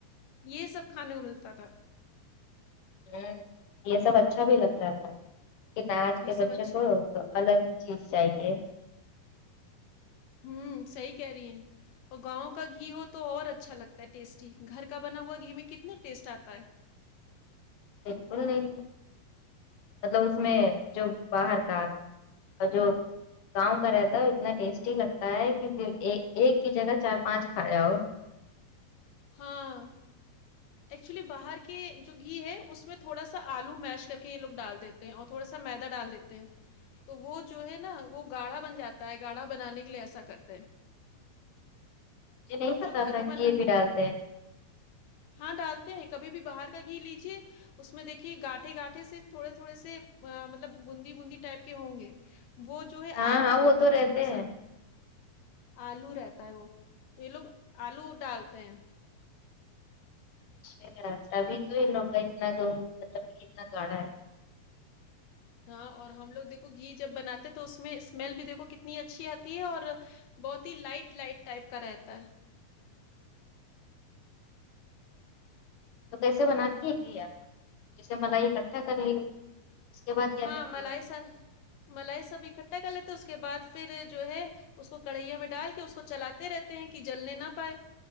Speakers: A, on the left; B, on the left.
A: یہ سب کھانے کو ملتاتھا
B: ہ یہ سب اچھا بھی لگتا تھا لیکن آج
A: یہ
B: کے
A: سب
B: بچوں
A: اچھے
B: کو تو الگ ہی چیز چاہیے
A: ہوں صحیح کہہ رہی ہیں اور گاؤں کا گھی ہو تو اور اچھا لگتا ہے ٹیسٹی گھر کا بنا ہوا گھی میں کتنا ٹیسٹ آتا ہے
B: بالکل نہیں مطلب اس میں جو باہر کا آتا ہے اور جو گاؤں کا رہا تو اتنا ٹیسٹی لگتا ہے کہ ایک کی جگہ چار پانچ کھاجاؤ
A: ہاں ایکچولی باہر کے جو گھی ہے اس میں تھوڑا سا آلو میش کر کے یہ لوگ ڈال دیتے اور تھوڑا سا میدا ڈال دیتے ہیں تو وہ جو ہے نا وہ گاڑھا بن جاتا ہے گاڑھا بنانے کے لیے ایسا کرتا ہے
B: مجھے نہیں پتا
A: جو گھر
B: تھا
A: میں
B: کہ
A: بنا
B: یہ بھی ڈالتے ہیں
A: ہاں ڈالتے ہیں کبھی بھی باہر کا گھی لیجیے اس میں دیکھیے گا ٹھے گاٹھے سے تھوڑے تھوڑے سے مطلب بوندی بوندی ٹائپ کے ہوں گے وہ جو ہے
B: ہاں
A: آلو
B: ہاں
A: ہوتا
B: وہ تو
A: ہے اس
B: رہتے
A: کو مسل
B: ہیں
A: آلو رہتا ہے وہ تو یہ لوگ الو ڈالتے ہیں
B: اچھا تبھی تو یہ لوگ کا اتنا مطلب گھی اتنا گاڑا ہے
A: ہاں اور ہم لوگ دیکھو گھی جب بناتے ہیں تو اس میں دیکھو اسمیل بھی دیکھو کتنی اچھی آتی ہے اور بہت ہی لائٹ لائٹ ٹائپ کا رہتا ہے
B: تو کیسے بناتی ہے گھی آپ جیسے ملائی کا اکھٹا کر لی اس کے بعد کیا
A: ہاں
B: کرتی
A: ملائی
B: ہے
A: سا ملائی سب ایکھٹا کر لیتے ہیں اس کے بعد پھر جو ہے اس کو کڑھیا میں ڈال کے اس کو چلاتے رہتے ہیں کہ جلنے نہ پائے